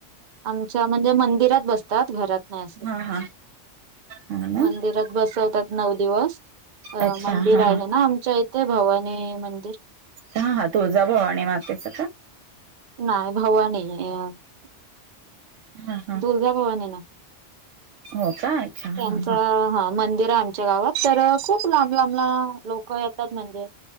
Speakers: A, on the right (about 55°); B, on the right (about 75°).
A: आमच्या म्हणजे मंदिरात बसतात घरात नाही असं.
B: हा हा हा ना
A: मंदिरात बसवतात नऊ दिवस अ
B: अच्छा
A: मंदिर
B: हा हा
A: आहे ना आमच्या इथे भवानी मंदिर
B: हा हा तुळझा भवानी मातेच
A: नाय भवानी <unintelligible>
B: हा हा
A: दुर्गा भवानी ना
B: हो का अच्छा हा
A: त्यांचा हा मंदिर <unintelligible> आमच्या गावात तर खूप लांब लांबला लोक येतात म्हणजे